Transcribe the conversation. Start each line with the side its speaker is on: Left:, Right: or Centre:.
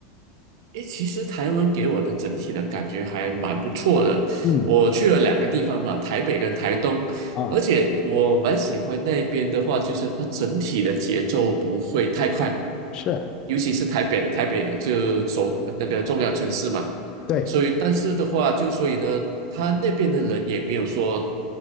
Right: 诶，其实台湾给我的整体的感觉还蛮不错的。
Left: 嗯，
Right: 我去了两个地方嘛，台北跟台东，
Left: 啊，
Right: 而且我蛮喜欢那边的话，就是它整体的节奏不会太快，
Left: 是，
Right: 尤其是台北，台北就首那个重要城市嘛，
Left: 对，
Right: 所以但是的话，就所以呢，他那边的人也没有说，